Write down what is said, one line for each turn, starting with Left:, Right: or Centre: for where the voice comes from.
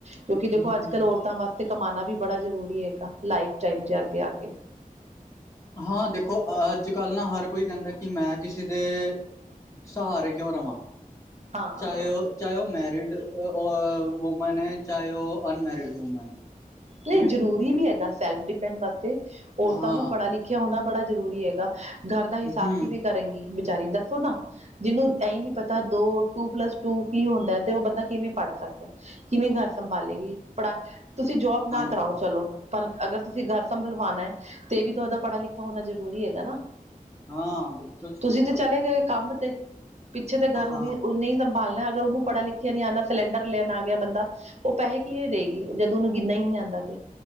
Right: ਕਿਉਂਕਿ ਦੇਖੋ
Left: ਹੂੰ
Right: ਅੱਜ ਕੱਲ੍ਹ ਔਰਤਾਂ ਵਾਸਤੇ ਕਮਾਉਣਾ ਵੀ ਬੜਾ ਜ਼ਰੂਰੀ ਹੈਗਾ ਲਾਈਫ ਟਾਈਮ ਚ ਅੱਗੇ ਆ ਕੇ
Left: ਹਾਂ ਦੇਖੋ ਅੱਜ ਕੱਲ੍ਹ ਨਾ ਹਰ ਕੋਈ ਕਹਿੰਦਾ ਕਿ ਮੈਂ ਕਿਸੇ ਦੇ ਮੈ ਕਿਸੇ ਦੇਸਹਾਰੇ ਕਿਉਂ ਰਵਾਂ
Right: ਹਾਂ
Left: ਚਾਹੇ ਉਹ ਚਾਹੇ ਉਹ ਮੈਰਿਡ ਵੂਮੈਨ ਹੈ ਚਾਹੇ ਉਹ ਅਨਮੈਰਿਡ ਵੂਮੈਨ ਹੈ
Right: ਨਹੀਂ
Left: ਠੀਕ ਹੈ
Right: ਜ਼ਰੂਰੀ ਵੀ ਹੈਗਾ ਸੈਲਫ ਡਿਪੈਂਡ ਬਸ ਤੇ ਔਰਤਾਂ
Left: ਹਾਂ
Right: ਨੂੰ ਪੜ੍ਹਿਆ ਲਿਖਿਆ ਹੋਣਾ ਬੜਾ ਜ਼ਰੂਰੀ ਹੈ ਗਾ ਘਰ ਦਾ ਹਿਸਾਬ
Left: ਹੂੰ
Right: ਕਿਵੇਂ ਕਰੇਗੀ? ਵਿਚਾਰੀ ਦੱਸੋ ਨਾ ਜਿਹਨੂੰ ਇਹ ਨਹੀਂ ਪਤਾ ਦੋ ਟੂ ਪਲੱਸ ਟੂ ਕੀ ਹੁੰਦਾ ਹੈ ਤੇ ਉਹ ਬੰਦਾ ਕਿਵੇਂ ਪੜ੍ਹ ਸਕਦਾ ਕਿਵੇਂ ਘਰ ਸੰਭਾਲੇਗੀ ਪੜ੍ਹਾ ਤੁਸੀਂ ਜੋਬ ਨਾ
Left: ਹਾਂਜੀ
Right: ਕਰਾਓ ਚਲੋ ਪਰ, ਅਗਰ ਤੁਸੀਂ ਘਰ ਸੰਭਲਵਾਉਣਾ, ਤੇ ਵੀ ੳਹਦਾ ਪੜ੍ਹਾ ਲਿਖਾ ਹੋਣਾ ਜਰੂਰੀ, ਹੈਗਾ ਨਾ
Left: ਹਾਂ ਬਿਲਕੁਲ ਜੀ
Right: ਤੁਸੀਂ,
Left: ਬਿਲਕੁਲ
Right: ਤੇ ਚਲੇ ਗਏ ਕੰਮ ਤੇ ਪਿੱਛੇ ਦੇ ਘਰ ਉਣੇ
Left: ਹਾਂ
Right: ਹੀ ਸੰਭਾਲਣਾ, ਅਗਰ ਉਹਨੂੰ ਪੜ੍ਹਾ ਲਿਖਿਆ ਨੀ ਆਣਾ ਸਿਲੰਡਰ ਲੈਣ ਆ ਗਿਆ ਬੰਦਾ, ਉਹ ਪੈਸੇ ਕਿਵੇਂ ਦੇ ਗਈ, ਜਦੋਂ ਉਹਨੂੰ ਗਿਨਨਾ ਹੀ ਨਹੀਂ ਆ